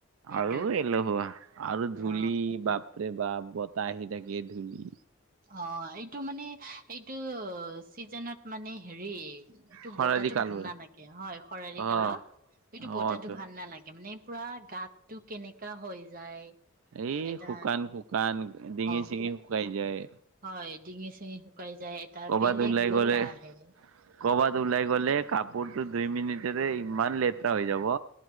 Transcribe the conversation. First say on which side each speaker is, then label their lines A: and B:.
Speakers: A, on the right (about 40°); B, on the right (about 75°).
A: এইটো
B: আৰু এলেহুৱা আৰু ধূলি
A: অ
B: বাপ ৰে বাপ বতাহ আহি থাকে, ধূলি।
A: অ' এইটো মানে এইটো চিজনত মানে হেৰি এইটো
B: খৰালি
A: বতাহটো
B: কালবোৰ
A: ভাল নালাগে হয় খৰালি
B: অ
A: কালত এইটো
B: অ
A: বতাহটো
B: তো
A: ভাল নালাগে মানে। পুৰা গাত টো কেনেকা হৈ যায়।
B: এই
A: এটা
B: শুকান শুকান, ডিঙি
A: অ
B: চিঙি শুকাই যায়।
A: হয়। ডিঙি চিঙি শুকাই যায়। এটা
B: কৰ'বাত
A: বেলেগ
B: ওলাই
A: বতাহ
B: গ'লে
A: আহে।
B: ক'ৰবাত ওলাই গ'লে, কাপোৰটো দুই মিনিটতে ইমান লেতেৰা হৈ যাব।